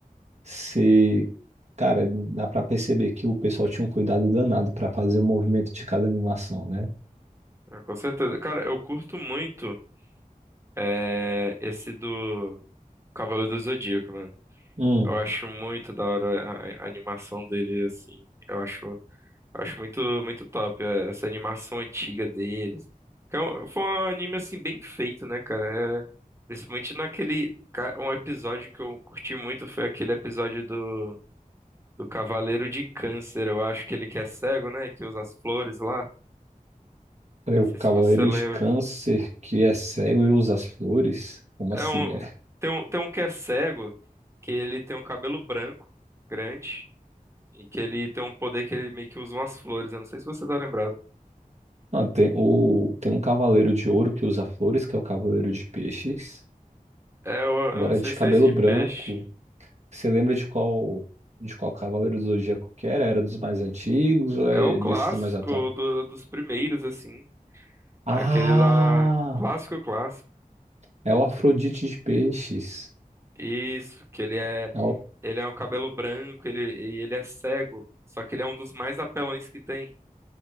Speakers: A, on the right; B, on the right.
A: Você, cara, dá pra perceber que o pessoal tinha um cuidado danado pra fazer o movimento de cada animação, né?
B: É, com certeza. Cara, eu curto muito é, esse do Cavaleiro do Zodíaco, mano.
A: Hum.
B: Eu acho muito da hora a, a animação dele, assim. Eu acho. Eu Acho muito, muito top é, essa animação antiga deles. Que é um- Foi um anime assim bem feito, né, cara? É, principalmente naquele. ca- Um episódio que eu curti muito foi aquele episódio do, do Cavaleiro de Câncer. Eu acho que ele que é cego, né? Que usa as flores lá.
A: Peraí,
B: Não
A: o
B: sei
A: Cavaleiro
B: se você lembra.
A: de Câncer que é cego e usa as flores? Como assim,
B: É um,
A: né?
B: tem um, tem um que é cego, que ele tem um cabelo branco, grande, e que ele tem um poder que ele meio que usa umas flores. Eu não sei se você tá lembrado.
A: Não, tem, o, tem um Cavaleiro de Ouro que usa flores, que é o Cavaleiro de Peixes.
B: É, eu,
A: Agora,
B: eu não sei
A: de
B: se
A: cabelo
B: é esse de
A: branco.
B: peixe.
A: Você lembra de qual de qual Cavaleiro do Zodíaco que era? Era dos mais antigos ou é
B: É o clássico
A: desses mais atuais?
B: do- dos primeiros, assim.
A: Ah,
B: É Aquele lá, clássico, clássico.
A: é o Afrodite de Peixes.
B: Isso, que ele é,
A: É o-
B: ele é um cabelo branco, ele, e ele é cego. Só que ele é um dos mais apelões que tem.